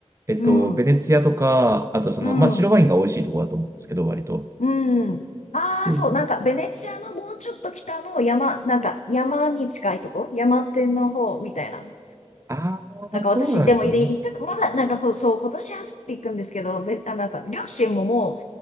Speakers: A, on the right; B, on the left.
A: えっと、
B: うん、
A: ベネツィアとか、あとその、
B: うん、
A: まあ、白ワインが美味しいところだと思うんですけど、割と。
B: うん。ああ、
A: そうそう。
B: そう、なんかベネチアのもうちょっと北の山、なんか山に近いとこ、山手の方みたいな。
A: ああそうなんですね。
B: なんか私、でも、い行った、まだ、なんかこう、そう、今年初めて行くんですけど、べ、あ、なんか、両親ももう、